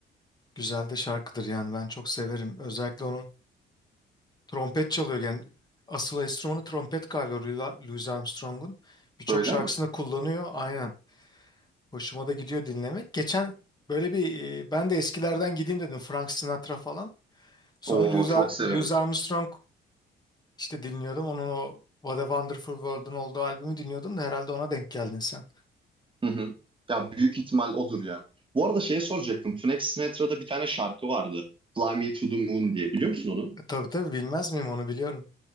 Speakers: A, on the left; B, on the right.
A: Güzel de şarkıdır yani ben çok severim. Özellikle onun Trompet çalıyor yani asıl enstrümanı trompet galiba Louis Louis Armstrong'un. Birçok
B: Öyle
A: şarkısında
B: mi?
A: kullanıyor aynen. Hoşuma da gidiyor dinlemek. Geçen böyle bir e, ben de eskilerden gideyim dedim Frank Sinatra falan. Sonra
B: Oo
A: Louis,
B: çok
A: Ar-
B: severim.
A: Louis Armstrong işte dinliyordum. Onun o What a Wonderful World'un olduğu albümü dinliyordum da herhalde ona denk geldin sen.
B: Hı hı. Ya büyük ihtimal odur ya. Bu arada şey soracaktım. Frank Sinatra'da bir tane şarkı vardı. Fly Me to the Moon diye. Biliyor musun onu?
A: E, tabii tabii bilmez miyim onu biliyorum.